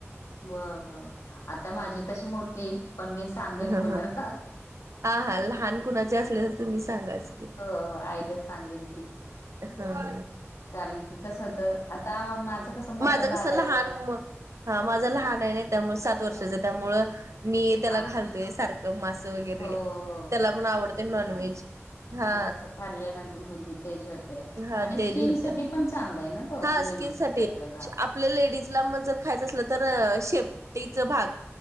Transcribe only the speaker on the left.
बरर आता माझी तशी मोठी आहेत पण सांगेन
कोणाला.
हो आयडस सांगेन तिचं.
कारण की कसं होत, आता माझं कसं मोठं
बारावीला
आहे
हा
मग
हो हो
मासं खाल्ल्यानंतर बुद्धी तेज होते,
आणि
स्किन
साठी पण चांगल आहे ना. तो
लेडीज
आपल्याला